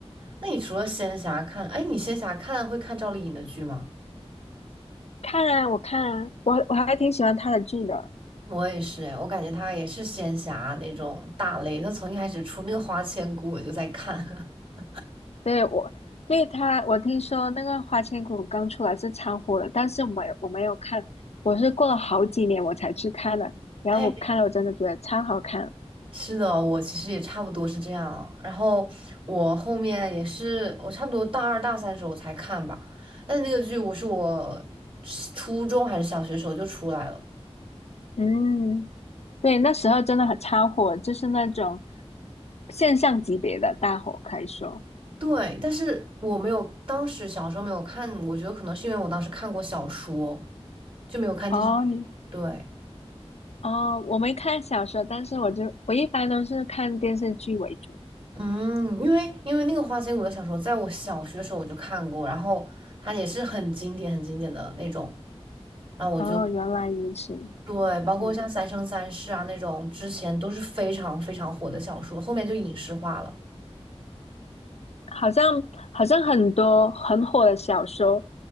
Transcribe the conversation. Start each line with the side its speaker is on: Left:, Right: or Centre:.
Right: 那你除了仙侠看，哎，你仙侠看会看赵丽颖的剧吗？
Left: 看啊，我看啊，我我还挺喜欢他的剧的。
Right: 我也是，哎，我感觉她也是仙侠那种大类。她从一开始出那个《花千骨》，我就在看。<laughs>
Left: 对我对他，我听说那个《花千骨》刚出来是超火的，但是我没有我没有看，我是过了好几年我才去看的。然后我看了，
Right: 哎，
Left: 我真的觉得超好看。
Right: 是的，我其实也差不多是这样。然后我后面也是，我差不多大二大三时候才看吧。但是那个剧我是我初中还是小学时候就出来了。
Left: 嗯，对，那时候真的很超火，就是那种现象级别的大火，可以说。
Right: 对，但是我没有，当时小时候没有看，我觉得可能是因为我当时看过小说，就没有看电视剧。
Left: 哦，你
Right: 对，
Left: 哦，我没看小说，但是我就我一般都是看电视剧为主。
Right: 嗯，因为因为那个《花千骨》的小说，在我小学时候我就看过，然后它也是很经典、很经典的那种，然后我就。
Left: 哦，原来如此。
Right: 对，包括像《三生三世》啊那种，
Left: 嗯。
Right: 之前都是非常非常火的小说，后面就影视化了。
Left: 好像好像很多很火的小说，